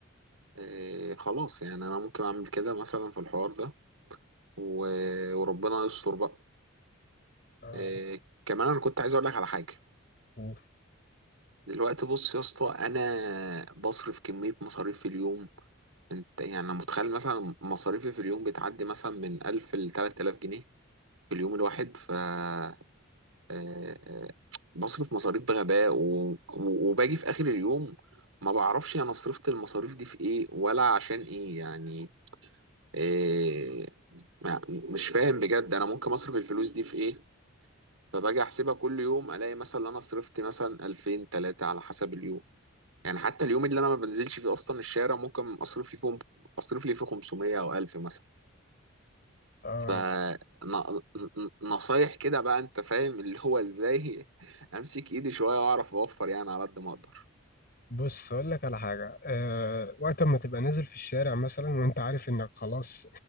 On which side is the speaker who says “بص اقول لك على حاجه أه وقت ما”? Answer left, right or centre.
Left